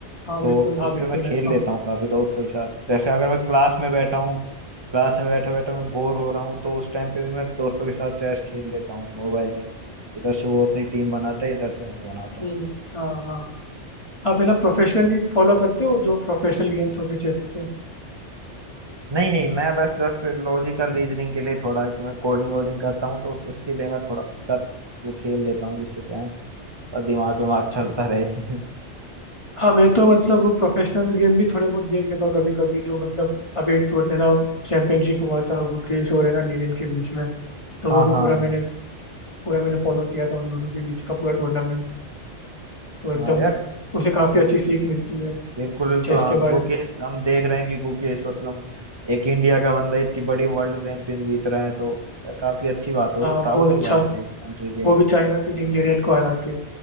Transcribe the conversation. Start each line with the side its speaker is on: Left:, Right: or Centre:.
Left: हाँ
Right: तो
Left: बिल्कुल हाँ
Right: उस
Left: बिल्कुल
Right: पे मैं खेल
Left: है हाँ
Right: लेता हूँ काफी दोस्तों के साथ जैसे अगर मैं क्लास में बैठा हूँ क्लास में बैठा बैठा मैं बोर हो रहा हूँ तो उस टाइम पे भी मैं दोस्तों के साथ चेस खेल लेता हूँ मोबाइल में उधर से वो अपनी टीम बनाता है इधर से मैं बनाता
Left: हम्म,
Right: हूँ
Left: हाँ हाँ आप है ना प्रोफेशनली फॉलो करते हो जो प्रोफेशनल गेम्स होते चेस के
Right: नहीं नहीं मैं बस जस्ट लॉजिकल रीजनिंग के लिए थोड़ा कि मैं कोडिंग वोडिंग करता हूँ तो उसके लिए मैं थोड़ा कर वो खेल लेता हूँ जिससे क्या है थोड़ा दिमाग विमाग
Left: अच्छा
Right: चलता रहे <laughs>
Left: हाँ मैं तो मतलब वो प्रोफेशनल गेम भी थोड़े बहुत देख लेता हूँ कभी कभी जो मतलब अभी एक टूर्नामेंट ना चैंपियनशिप हुआ था गुकेश और है ना लेनिन के बीच में तो
Right: हाँ
Left: वो भी
Right: हाँ
Left: पूरा मैंने पूरा मैंने फॉलो किया था उन दोनों के बीच का पूरा टूर्नामेंट तो एकदम
Right: हाँ यार
Left: उसे काफ़ी अच्छी सीख मिलती है
Right: बिल्कुल बिल्कुल
Left: चेस
Right: हाँ
Left: के बारे
Right: गुकेश
Left: में
Right: हम देख रहे हैं कि गुकेश मतलब एक इंडिया का बंदा इतनी बड़ी वर्ल्ड चैंपियन जीत रहा है तो यार काफी अच्छी बात है
Left: हाँ
Right: बहुत प्राउड
Left: बहुत
Right: की
Left: अच्छा
Right: बात है कंट्री के लिए
Left: वो भी चाइना के डिंग लिरेन को हरा के